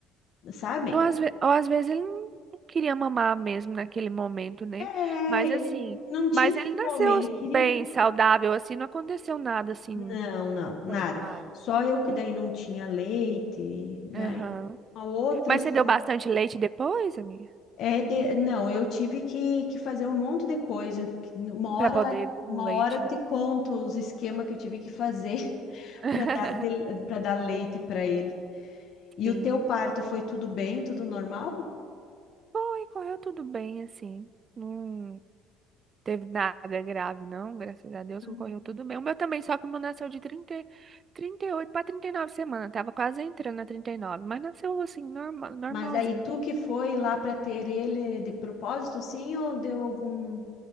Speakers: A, on the left; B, on the right.
A: sabe?
B: Ou às, ve- ou às vezes ele não não queria mamar mesmo naquele momento, né,
A: É,
B: mas
A: ele
B: assim,
A: não tinha
B: mas ele nasceu
A: fome, ele queria.
B: bem, saudável, assim, não aconteceu nada, assim,
A: Não, não, nada.
B: foi, ah,
A: Só
B: graças
A: eu
B: a
A: que daí
B: Deus.
A: não tinha leite, daí
B: Aham.
A: uma outra
B: Mas
A: história.
B: você deu bastante leite depois, amiga?
A: É de... Não, eu tive que, que fazer um monte de coisa. que Uma hora,
B: Pra poder vir
A: uma
B: o leite,
A: hora eu te
B: né?
A: conto os esquemas que eu tive que fazer <laughs>
B: <laughs>
A: para dar, para dar leite para ele. E
B: Sim.
A: o teu parto foi tudo bem, tudo normal?
B: Foi, correu tudo bem, assim. Não teve nada grave, não. Graças a Deus,
A: Hum.
B: correu tudo bem. O meu também, só que o meu nasceu de 30 e- 38 para 39 semanas. Tava quase entrando na 39, mas nasceu, assim, normal, normalzinho.
A: Mas daí tu que foi lá para ter ele de propósito, sim, ou deu algum.